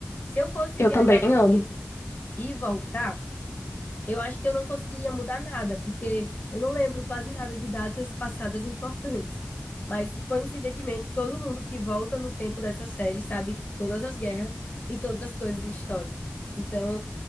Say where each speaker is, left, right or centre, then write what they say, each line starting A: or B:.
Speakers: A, on the left; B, on the left.
A: Se eu fosse
B: Eu
A: viajar
B: também
A: no
B: amo.
A: tempo e voltar, eu acho que eu não conseguiria mudar nada, porque eu não lembro quase nada de datas passadas importantes. Mas, coincidentemente, todo mundo que volta no tempo dessa série sabe todas as guerras e todas as coisas de história. Então,